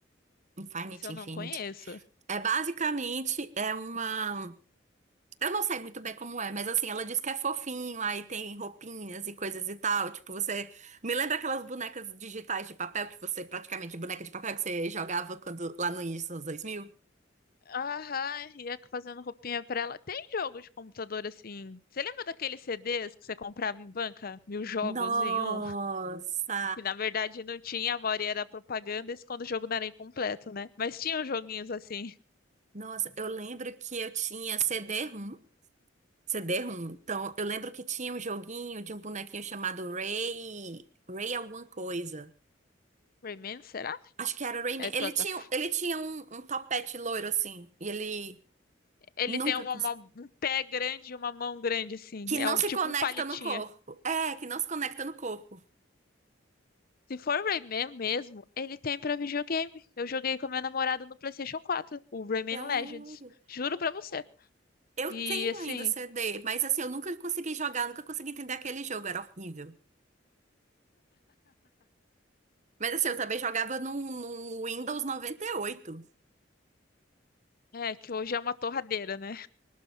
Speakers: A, on the right; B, on the left.
A: Infinite,
B: Esse eu
A: Infinite.
B: não conheço.
A: É basicamente, é uma. Eu não sei muito bem como é, mas assim, ela diz que é fofinho, aí tem roupinhas e coisas e tal. Tipo, você. Me lembra aquelas bonecas digitais de papel que você, praticamente, boneca de papel que você jogava quando lá no início dos anos dois mil.
B: Aham, ia fazendo roupinha pra ela. Tem jogo de computador assim. Você lembra daqueles CDs que você comprava em banca? Mil jogos
A: Nossa!
B: em um? Que na verdade não tinha, a maioria era propaganda, isso quando o jogo não era incompleto, né? Mas tinha uns joguinhos assim.
A: Nossa, eu lembro que eu tinha CD-ROM. CD-ROM. Então, eu lembro que tinha um joguinho de um bonequinho chamado Ray. Ray alguma coisa.
B: Rayman, será?
A: Acho que era Rayman.
B: É
A: Ele
B: plataforma.
A: tinha, ele tinha um, um topete loiro assim. E ele
B: Ele
A: nunca
B: tem uma,
A: conseguiu.
B: uma- um pé grande e uma mão grande, assim.
A: Que
B: É
A: não
B: um
A: se
B: tipo
A: conecta
B: um palitinho.
A: no corpo. É, que não se conecta no corpo.
B: Se for Rayman mesmo, ele tem pra videogame. Eu joguei com a minha namorada no PlayStation 4, o Rayman
A: Sério.
B: Legends. Juro pra você.
A: Eu
B: E
A: tenho
B: assim,
A: ainda o CD, mas assim, eu nunca consegui jogar, nunca consegui entender aquele jogo, era horrível. Mas assim, eu também jogava no, no Windows 98.
B: é que hoje é uma torradeira, né?